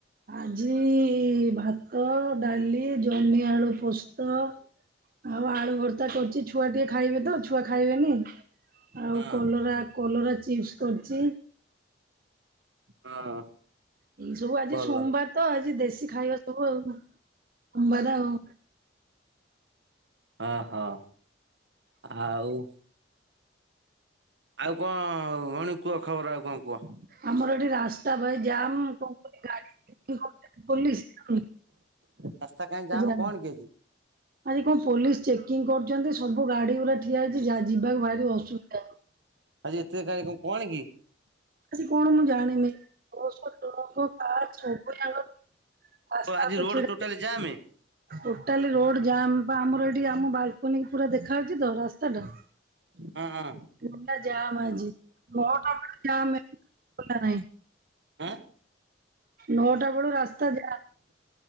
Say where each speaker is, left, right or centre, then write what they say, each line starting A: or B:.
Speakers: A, on the right; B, on the right.
A: ଆଜି ଭାତ ଡାଲି ଜହ୍ନିଆଳୁ ପୋସ୍ତ ଆଉ ଆଳୁ ଭର୍ତା କରୁଛି ଛୁଆ ଟିକେ ଖାଇବେ ତ ଛୁଆ ଖାଇବେନି ଆଉ
B: ହଁ
A: କଲରା କଲରା ଚିପ୍ସ କରିଛି।
B: ହଁ
A: ଏଇ ସବୁ ଆଜି
B: ଭଲ
A: ସୋମବାର ତ ଆଜି ଦେଶୀ ଖାଇବା ସବୁ ଆଉ ସୋମବାର ଆଉ।
B: ଓ ହଁ ଆଉ ଆଉ କଣ ମଣି କୁହ ଖବର ଆଉ କଣ କୁହ
A: ଆମର ଏଠି ରାସ୍ତା ଭାଇ ଜାମ କଣ କ <inaudible> ଗାଡି ପୁର ଯ
B: ରାସ୍ତା କାହିଁ ଯାମ
A: <inaudible>
B: କଣ କି ଆଜି?
A: ଆଜି କଣ ପୋଲିସ ଚେକିଂ କରୁଛନ୍ତି ସବୁ ଗାଡି ଗୁଡା ଠିଆ ହେଇଛି ଯାହା ଯିବାକୁ ଭାରି ଅସୁବିଧା ହଉଛି।
B: ଆଜି ଏତେ <unintelligible> କଣ କି
A: ଆଜି କଣ ମୁଁ ଜାଣିନି କବୁଙ୍ଗ <inaudible> ରାସ୍ତା
B: ଆଜି
A: ପୁ
B: ରୋଡ
A: ଛ <inaudible>
B: ଟୋଟାଲି ଯାମେ
A: ଟୋଟାଲି ରୋଡ ଜାମ୍, ବା ଆମର ଏଠି ଆମ ବାଲକୋନି ପୁରା ଦେଖାହାଉଉଛି ତ ରାସ୍ତା ଟା।
B: ହଁ ହଁ।
A: ମୁଣ୍ଡା ଯା ଆଜି ମଟ ଯ ନହି <inaudible>
B: ହଁ
A: ନଅଟା ବେଳୁ ରାସ୍ତା ଯାମ